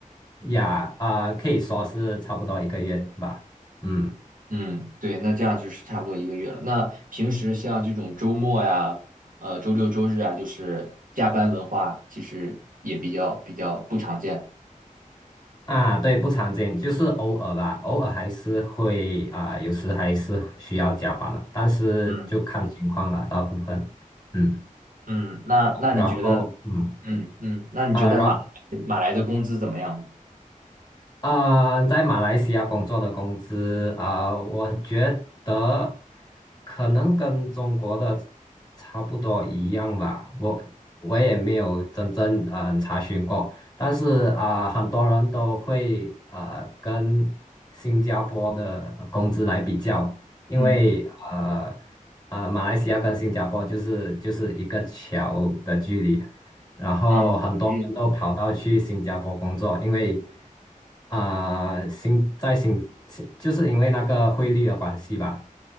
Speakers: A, on the left; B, on the right.
A: 呃呀啊、可以说是差不多一个月吧，嗯。
B: 嗯，对，那这样就是差不多一个月了。那平时像这种周末呀，呃，周六周日啊，就是加班文化，其实也比较比较不常见。
A: 啊，对，不常见，就是偶尔吧，偶尔还是会啊，有时还是需要加班的，但是就看情况了，
B: 嗯
A: 大部分，嗯，
B: 嗯，那那你觉得，
A: 然后嗯
B: 嗯嗯，那你觉得马
A: 啊，然
B: 马来的工资怎么样呢？
A: 啊、在马来西亚工作的工资啊、我觉得可能跟中国的差不多一样吧。我我也没有真正嗯、呃查询过，但是啊、很多人都会呃跟新加坡的工资来比较，因为呃
B: 嗯
A: 呃马来西亚跟新加坡就是就是一个桥的距离。然后很多人都跑到去新加坡工作，
B: 嗯，嗯。
A: 因为啊、新在新新就是因为那个汇率的关系吧，